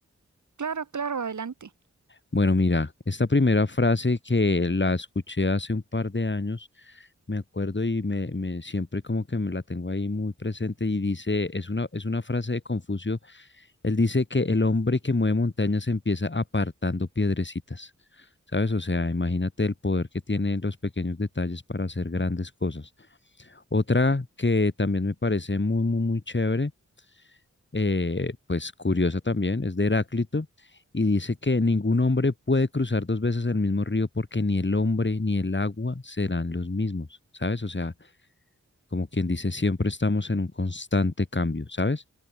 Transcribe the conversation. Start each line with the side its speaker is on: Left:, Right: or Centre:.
Right: Claro, claro, adelante.
Left: Bueno, mira, esta primera frase que la escuché hace un par de años, me acuerdo y me, me- siempre como que me la tengo ahí muy presente y dice, es una, es una frase de Confucio, él dice que el hombre que mueve montañas empieza apartando piedrecitas, ¿sabes? O sea, imagínate el poder que tienen los pequeños detalles para hacer grandes cosas. Otra que también me parece muy, muy, muy chévere eh, pues curiosa también, es de Heráclito, y dice que ningún hombre puede cruzar dos veces el mismo río porque ni el hombre ni el agua serán los mismos, ¿sabes? O sea, como quien dice, siempre estamos en un constante cambio, ¿sabes?